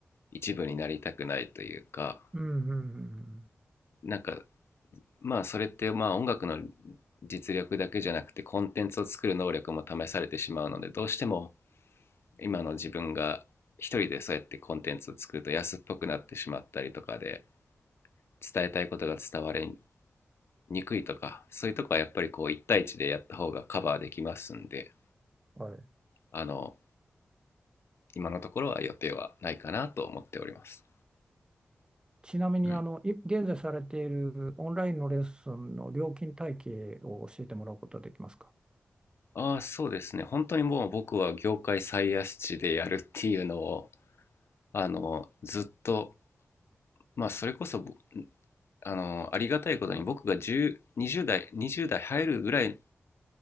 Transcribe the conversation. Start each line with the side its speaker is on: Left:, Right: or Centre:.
Left: 一部になりたくないというか
Right: うん、うん、うんうん
Left: なんかまあそれってまあ音楽の実力だけじゃなくてコンテンツを作る能力も試されてしまうのでどうしても今の自分が一人でそうやってコンテンツを作ると安っぽくなってしまったりとかで伝えたいことが伝われ憎いとかそういうとこはやっぱりこう1対一でやった方がカバーできますんで
Right: うんはい。
Left: あの今のところは予定はないかなと思っております。
Right: ちなみに、
Left: うん、
Right: あの、い現在されているオンラインのレッスンの料金体系を教えてもらうことはできますか
Left: ああそうですね本当にもう僕は業界最安値でやるっていうのをあのずっとまあそれこそあのありがたいことに僕が10 20代20代入るぐらい